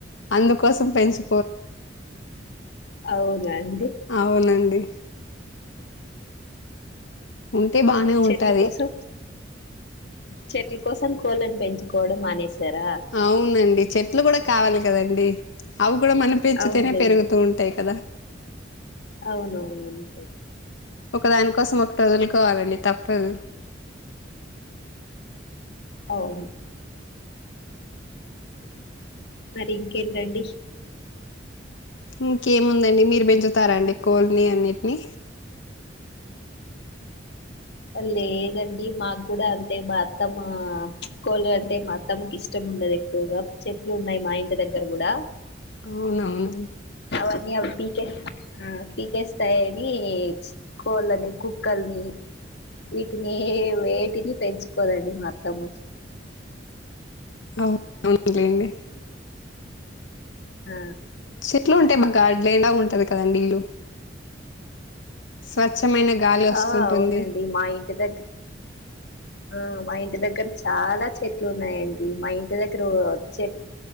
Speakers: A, on the left; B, on the left.
A: అందుకోసం పెంచు
B: అవునా అండి
A: అవునండి ఉంటే బానే
B: చెట్ల
A: ఉంటది
B: కోసం చెట్ల కోసం కోళ్ళలను పెంచుకోవడం మానేసారా
A: అవునండి చెట్లు కూడా కావాలి కదండి అవి కూడా మన పెంచుతేనే
B: అవునులేండి
A: పెరుగుతూ ఉంటాయి కదా
B: అవునవును అంతే అండి
A: ఒక దానికోసం ఒకటి వదులుకోవాలండి తప్పదు
B: అవును మరి ఇంకేంటండి
A: ఇంకేముందండి మీరు పెంచుతారా అండి కోల్ని అన్నిటిని
B: లేదండి మాకు కూడా అంతే మా అత్తమ్మ కోళ్ళు అంటే నచ్ తనకి ఇష్టం ఉండదు ఎక్కువగా చెట్లు ఉన్నాయి మా ఇంటి దగ్గర కూడా
A: అవునవునండి
B: అవన్నీ అవి పీకే ఆ పీకేస్తాయ్ అనీ ఇచ్ కోళ్ళని, కుక్కల్నీ వీటిని ఏ వేటిని పెంచుకోదండి మా అత్తమ్మ.
A: అవును అవును లేండి
B: ఆ
A: చెట్లు ఉంటాయి మాకు గార్డెన్ లా ఉంటది కదండి ఇల్లు స్వచ్ఛమైన గాలి వస్తుంటుంది
B: ఆ అవునండి మా ఇంటి దగ్గ్ ఆ మా ఇంటి దగ్గర చాలా చెట్లు ఉన్నాయండి మా ఇంటి దగ్గర ఓ చెట్.